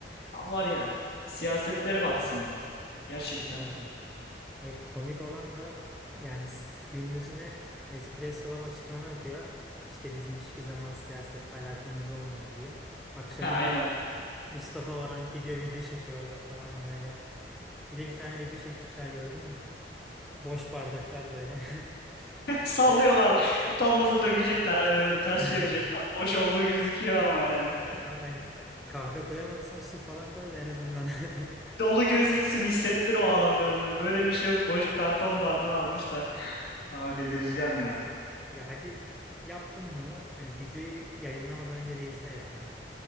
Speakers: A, on the left; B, in the centre.
A: Ha, Var ya, siyasetleri batsın ya. Gerçekten.
B: Valla. Hayır komik olan da yani s- gündüzüne espresso lab açıklama yapıyor. İşte bizim hiçbir zaman siyasette alakamız olmadı diye. Akşamına
A: <laughs> Aynen
B: o Mustafa Varank gidiyor video çekiyor orada falan böyle. Bir de bir tane video çekmişler gördün mü? Boş bardaklar böyle. <laughs>
A: Sallıyorlar.
B: İşte
A: Utanmasa dökecekler hani böyle ters
B: <laughs>
A: çevirecekler. Boş olduğu gözüküyor ama yani.
B: abi hani kahve koyamadıysan su falan koy da en azından. <laughs>
A: Dolu gözüksün hissettir o ağırlığını. Böyle bir şey yok. Boş karton bardağı almışlar. Abi delireceğim ya.
B: Ya hadi yaptım bunu. Hani videoyu yayınlamadan önce bir izle ya. Hani